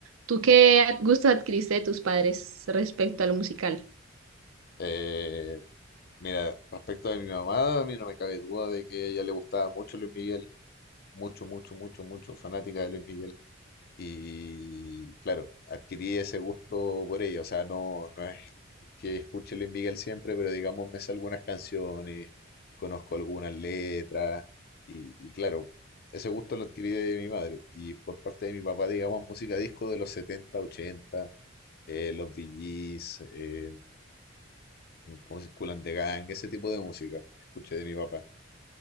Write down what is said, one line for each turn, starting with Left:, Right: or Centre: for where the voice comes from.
Right: ¿Tú qué gusto adquiriste de tus padres respecto a lo musical?
Left: Eh, mira, respecto de mi mamá, a mí no me cabe duda de que a ella le gustaba mucho Luis Miguel. Mucho, mucho, mucho, mucho fanática de Luis Miguel. Y claro, adquirí ese gusto por ella. O sea, no, no es que escuche Luis Miguel siempre, pero digamos me sé algunas canciones, conozco algunas letras. Y, y claro, ese gusto lo adquirí de mi madre. Y por parte de mi papá, digamos, música disco de los 70 ochenta eh, los VGs, eh, como circulan de Gang, ese tipo de música escuché de mi papá.